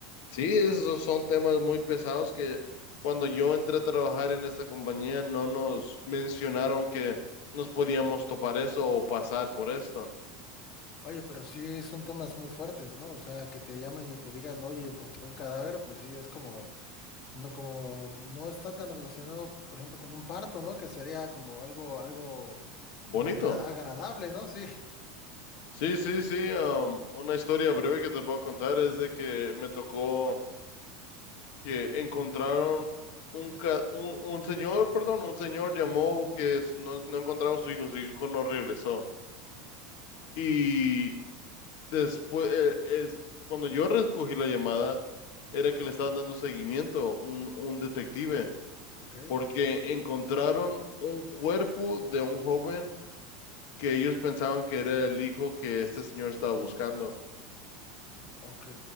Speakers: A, on the left; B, on the left.
A: sí, esos son temas muy pesados que cuando yo entré a trabajar en esta compañía no nos mencionaron que nos podíamos topar eso o pasar por esto.
B: Oye, pero sí son temas muy fuertes, ¿no? O sea, que te llamen y te digan, oye, encontré un cadáver, pues sí, es como, no, como, no está tan relacionado, por ejemplo, con un parto, ¿no? Que sería como algo, algo
A: Bonito.
B: agra- agradable, ¿no? Sí. <laughs>
A: Sí, sí, sí. um, una historia breve que te puedo contar es de que me tocó que encontraron un, ca- un, un señor, perdón, un señor llamó que es- no, no encontraba a su hijo, su hijo no regresó. Y después, eh, es, cuando yo recogí la llamada, era que le estaban dando seguimiento un, un detective,
B: Ok,
A: porque encontraron un cuerpo de un joven que ellos pensaban que era el hijo que este señor estaba buscando.
B: ok,